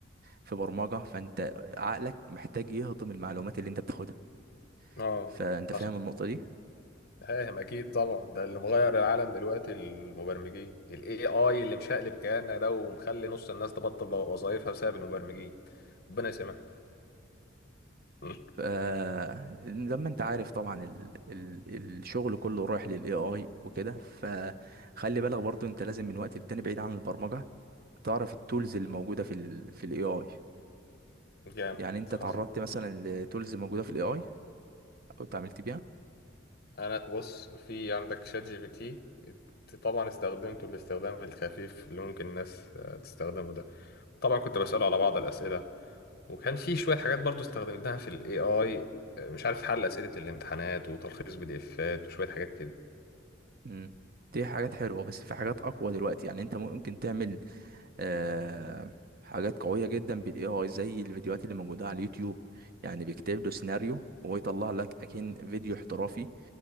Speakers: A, on the right; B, on the left.
A: في برمجة فانت عقلك محتاج يهضم المعلومات اللي انت بتاخدها
B: اه
A: فانت فاهم
B: حصل
A: النقطة دي؟
B: فاهم أكيد طبعا ده اللي مغير العالم دلوقتي المبرمجين ال AI اللي مشقلب كياننا ده ومخلي نص الناس تبطل وظائفها بسبب المبرمجين ربنا يسامحهم <laughs> مم.
A: ف زي ما انت عارف طبعا ال... ال... الشغل كله رايح للاي اي وكده فخلي بالك برضو انت لازم من وقت للتاني بعيد عن البرمجه تعرف التولز اللي موجوده في ال... في الاي اي
B: جامد
A: يعني انت تعرضت
B: حصل
A: مثلا لتولز موجوده في الاي اي او اتعاملت بيها
B: انا بص في عندك شات جي بي تي ات- طبعا استخدمته الاستخدام الخفيف اللي ممكن الناس آه، تستخدمه ده طبعا كنت بسأله على بعض الأسئلة وكان في شوية حاجات برضو استخدمتها في الاي اي مش عارف حل أسئلة الامتحانات وتلخيص بي دي افات وشوية حاجات كده
A: امم دي حاجات حلوه بس في حاجات اقوى دلوقتي يعني انت ممكن تعمل آه... حاجات قويه جدا بالاي اي زي الفيديوهات اللي موجوده على اليوتيوب يعني بيكتب له سيناريو وهو يطلع لك اكن فيديو احترافي